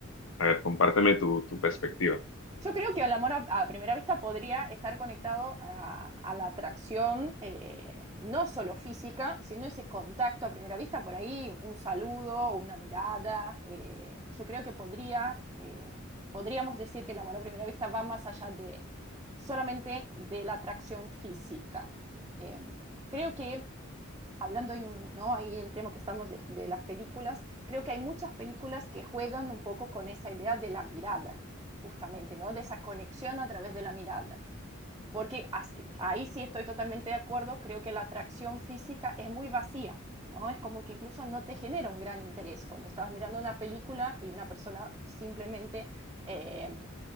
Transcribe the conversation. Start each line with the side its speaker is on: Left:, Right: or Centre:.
Left: A ver, compárteme tu, tu perspectiva.
Right: Yo creo que el amor a, a primera vista podría estar conectado a, a la atracción, eh, no solo física, sino ese contacto a primera vista, por ahí un saludo, una mirada. eh, yo creo que podría, eh, podríamos decir que el amor a primera vista va más allá de solamente de la atracción física. Eh, creo que hablando en, ¿no? ahí en tema que estamos de, de, las películas, creo que hay muchas películas que juegan un poco con esa idea de la mirada, justamente, ¿no? De esa conexión a través de la mirada. Porque así, ahí sí estoy totalmente de acuerdo, creo que la atracción física es muy vacía, ¿no? Es como que incluso no te genera un gran interés cuando estás mirando una película y una persona simplemente eh,